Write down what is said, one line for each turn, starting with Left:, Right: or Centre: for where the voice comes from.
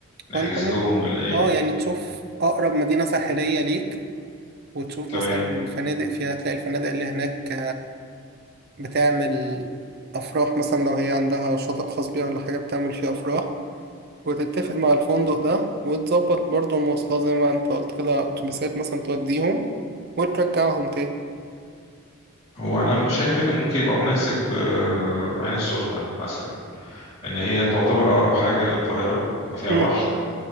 Left: نحجز
Right: وأنت
Left: لهم ولا ايه
Right: اه يعني تشوف أقرب مدينة ساحلية ليك وتشوف
Left: تمام
Right: مثلا فنادق فيها تلاقي الفنادق اللي هناك بتعمل أفراح مثلا لو هي عندها شاطئ خاص بيها ولا حاجة بتعمل فيه أفراح وتتفق مع الفندق ده وتظبط برضه المواصلات زي ما انت قلت كده أتوبيسات مثلا توديهم وترجعهم تاني
Left: هو انا شايف ان ممكن يبقى مناسب آه، عين السخنة مثلا ان هي تعتبر اقرب حاجه للقاهره فيها
Right: امم
Left: بحر